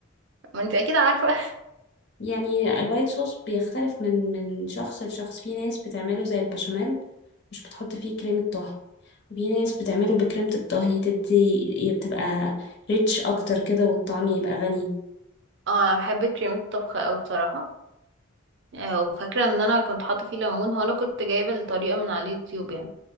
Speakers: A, on the right (about 60°); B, on the left (about 55°).
A: ما انت اكيد عارفة <laughs>
B: يعني الوايت صوص بيختلف من من شخص لشخص في ناس بتعمله زي البشاميل مش بتحط فيه كريمة طهي وفي ناس بتعمله بكريمة الطهي تدي بتبقى ريتش اكتر كده والطعم يبقى غني
A: اه أنا بحب كريمة الطبخ اوي بصراحة آه، وفاكرة ان انا كنت حاطة فيه ليمون هو انا كنت جايبة الطريقة من على اليوتيوب يعني